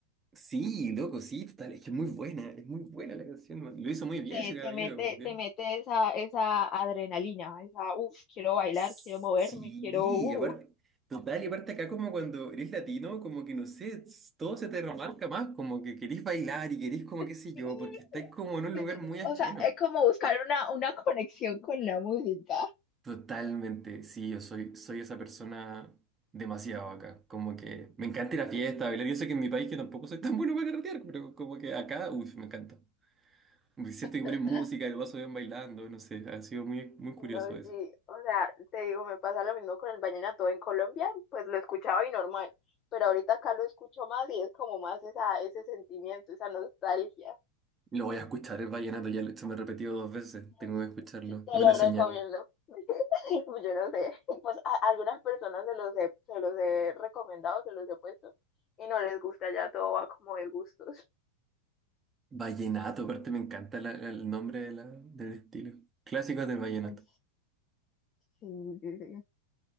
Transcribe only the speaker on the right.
Sí, loco, sí, total, es que es muy buena, es muy buena la canción, man. Lo hizo muy bien
ese caballero,
por Dios.
Sí,
y
aparte, total, y aparte acá como cuando eres latino, como que no sé, s- todo se te remarca más, como que querés bailar y querés como qué sé
yo,
porque estáis como en un
lugar
muy
ajeno.
Totalmente, sí, yo soy, soy esa persona demasiado acá. Como que me encanta ir a fiesta, bailar. Yo sé que en mi país que tampoco soy tan bueno para carretear, pero como que acá, uy, me encanta. Me siento
que ponen música y lo paso bien bailando, no sé, ha sido muy, muy curioso
eso.
Lo voy a escuchar, el vallenato, ya lo- se me ha repetido dos veces,
tengo
que escucharlo.
Es
una señal.
Vallenato, aparte me encanta la- la- el nombre de la- del estilo. Clásicos del vallenato,